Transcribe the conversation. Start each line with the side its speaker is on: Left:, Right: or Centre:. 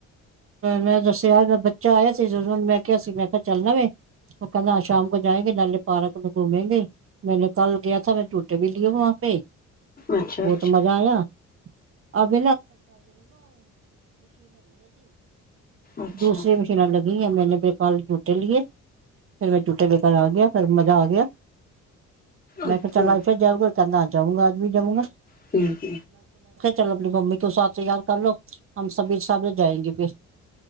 Right: ਮੈਂ ਦੱਸਿਆ ਮੈਂ ਬੱਚਾ ਆਇਆ ਸੀ ਜਦੋਂ ਮੈਂ ਕਿਹਾ ਸੀ ਮੈਂ ਕਿਹਾ ਚੱਲਣਾਵੇ ਉਹ ਕਹਿੰਦਾ ਸ਼ਾਮ ਕੋ ਜਾਏ। ਨਾਲੇ ਪਾਰਕ ਨੂੰ ਘੁੰਮੇ ਗੇ ਮੈਨੂੰ ਕੱਲ ਗਿਆ ਤਾਂ ਮੈਂ ਝੂੱਟੇ ਵੀ ਲਿਓ ਵਾਂ ਪੇ।
Left: ਅੱਛਾ-ਅੱਛਾ,
Right: ਬੋਤ ਮਜ਼ਾ ਆਇਆ। ਅਭ
Left: ਅੱਛਾ।
Right: ਦੂਸਰੀ ਮਸ਼ੀਨਾ ਅੱਲਗ ਮੈਂ ਫੇ ਕਾਲ ਜੂਟੇ ਲਏ ਫਿਰ ਮੈਂ ਜੂਟੇ ਬੇਕਰ ਆ ਗਿਆ ਫ਼ਿਰ ਮਜ਼ਾ ਆ ਗਿਆ। ਮੈਂ
Left: ਅੱਛਾ।
Right: ਕਿਹਾ ਚੱਲ ਅੱਜ ਫਿਰ ਜਾਊਗਾ ਕਹਿੰਦਾ ਜਾਊਂਗਾ ਅੱਜ ਵੀ ਜਾਊਂਗਾ।
Left: ਠੀਕ
Right: ਚਲੋ ਆਪਣੀ ਮੰਮੀ ਕੋ ਸਾਥ ਤਿਆਾਰ ਕਰਲੋ ਹਮ ਸਭ ਸਾਥ ਜਾਏਂਗੇ ਫਿਰ